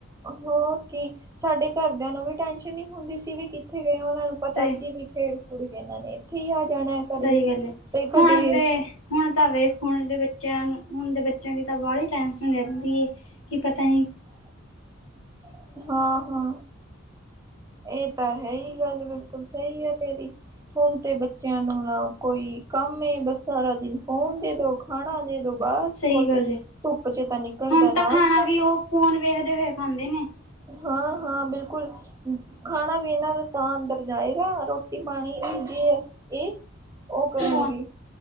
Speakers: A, on the right (about 15°); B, on the left (about 85°).
A: ਹੋਰ ਕੀ, ਸਾਡੇ ਘਰਦਿਆਂ ਨੂੰ ਵੀ ਟੈਸ਼ਨ ਨੀ ਹੁੰਦੀ ਸੀ, ਵੀ ਕਿੱਥੇ ਗਏ ਉਹਨਾਂ ਨੂੰ ਪਤਾ
B: ਤੇ
A: ਸੀ, ਵੀ ਖੇਡ-ਖੂਡ ਕੇ ਇਹਨਾਂ ਨੇ ਇੱਥੇ ਹੀ ਆ ਜਾਣਾ। ਘਰੇ
B: ਸਹੀ ਗੱਲ ਏ,
A: ਤੇ ਕਦੇ
B: ਹੁਣ ਤੇ ਹੁਣ ਤਾਂ ਵੇਖ, ਹੁਣ ਦੇ ਬੱਚਿਆਂ ਨੂੰ। ਹੁਣ ਦੇ ਬੱਚਿਆਂ ਦੀ ਤਾਂ ਬਾਹਲੀ ਟੈਸ਼ਨ ਰਹਿੰਦੀ ਏ। ਕੀ ਪਤਾ ਹੈ।
A: <inaudible> ਹਾਂ- ਹਾਂ, ਇਹ ਤਾਂ ਹੈ, ਹੀ। ਗੱਲ ਬਿਲਕੁਲ ਸਹੀ ਆ ਤੇਰੀ। ਹੁਣ ਤੇ ਬੱਚਿਆਂ ਨੂੰ, ਨਾ ਕੋਈ ਕੰਮ, ਬਸ ਸਾਰਾ ਦਿਨ ਫੋਨ ਦੇ, ਦੋ ਖਾਣਾ ਦੇ। ਬਸ
B: ਸਹੀ
A: ਹੋਰ
B: ਗੱਲ
A: ਤੇ,
B: ਏ।
A: ਧੁੱਪ'ਚ ਤਾ ਨਿਕਲਦਾ
B: ਹੁਣ
A: ਨਾ
B: ਤਾਂ ਖਾਣਾ
A: ਨੀ ਲੈਂਦੇ।
B: ਵੀ ਉਹ ਫੋਨ ਵੇਖਦੇ ਹੋਏ, ਖਾਂਦੇ ਨੇ।
A: ਹਾਂ-ਹਾਂ, ਬਿਲਕੁਲ। ਖਾਣਾ ਵੀ ਇਹਨਾਂ ਦਾ ਤਾਂ ਅੰਦਰ ਜਾਏਗਾ, ਰੋਟੀ-ਪਾਣੀ ਵੀ, ਜੇ ਅਸ ਇਹ, ਉਹ ਕਰਨਗੇ,
B: ਫੋਨ